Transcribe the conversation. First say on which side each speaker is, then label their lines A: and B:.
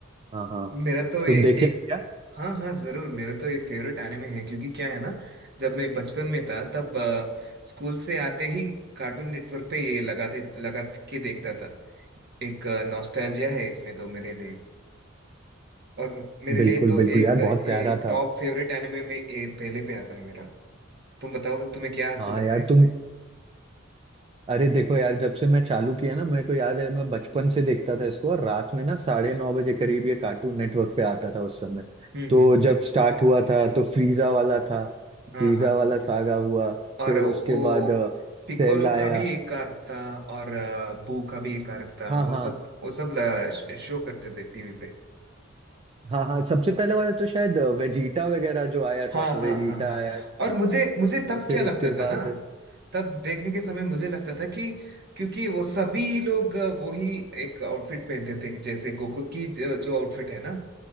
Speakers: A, on the right; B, on the right.
A: हाँ हाँ
B: मेरा तो
A: तुम
B: ये
A: देखे
B: एक
A: हो क्या
B: हाँ हाँ जरूर मेरा तो ये फेवरेट एनिमे है क्योंकि क्या है ना जब मैं बचपन में था तब अ, स्कूल से आते ही कार्टून नेटवर्क पे ये लगाते लगा के देखता था एक नॉस्टैल्जिया है इसमें तो मेरे लिए और मेरे
A: बिल्कुल
B: लिए तो
A: बिल्कुल
B: एक
A: यार
B: अ,
A: बहुत प्यारा
B: ये
A: था
B: टॉप फेवरेट एनिमे में ये पहले पे आता है मेरा तुम बताओ तुम्हें क्या अच्छा
A: हाँ
B: लगता
A: यार
B: है इसमें
A: तुम अरे देखो यार जब से मैं चालू किया ना मेरे को याद है मैं बचपन से देखता था इसको और रात में ना साढ़े नौ बजे करीब ये कार्टून नेटवर्क पे आता था उस समय
B: हम्म
A: तो
B: हम्म
A: जब
B: हम्म
A: स्टार्ट हुआ था तो फ्रीजा वाला था
B: हाँ
A: फ्रीजा
B: हाँ हाँ
A: वाला सागा हुआ
B: और
A: फिर
B: वो
A: उसके बाद अ, सेल
B: पिकोलो
A: आया
B: का भी एक आर्क था और अ, बू का भी एक आर्क था
A: हाँ
B: वो
A: हाँ
B: सब वो सब ल- शो करते थे टीवी पे
A: हाँ हाँ सबसे पहले वाला तो शायद अ, वेजीटा वगैरह जो आया
B: हाँ
A: था वेजीटा
B: हाँ हाँ हाँ
A: आया था
B: और मुझे मुझे तब
A: फिर
B: क्या लगता
A: उसके बाद
B: था ना तब देखने के समय मुझे लगता था कि क्योंकि वो सभी लोग अ, वही एक आउटफिट पहनते थे जैसे गोकू की जो, जो आउटफिट है ना